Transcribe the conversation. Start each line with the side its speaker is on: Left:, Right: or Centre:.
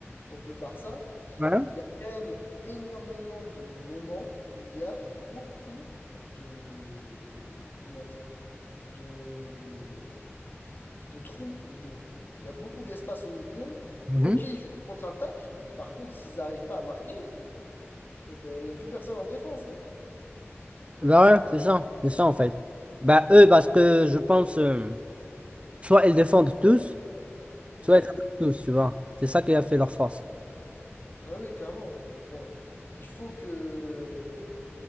Left: contre le Barça.
Right: Ouais.
Left: Il y a quand même énormément de moments où il y a beaucoup de, comment dire, de, de trous au milieu. Il y a beaucoup d'espace au milieu.
Right: Mhm.
Left: Ok, ils jouent contre-attaque, mais par contre, s'ils n'arrivent pas à marquer, eh ben, il n'y a plus personne en défense. hein.
Right: Bah ouais, c'est ça, c'est ça en fait. Bah eux, parce que je pense, euh, soit ils défendent tous,
Left: Mhm.
Right: soit ils attaquent tous, tu vois. C'est ça qui a fait leur force.
Left: Ah oui, clairement. Donc bon, il faut que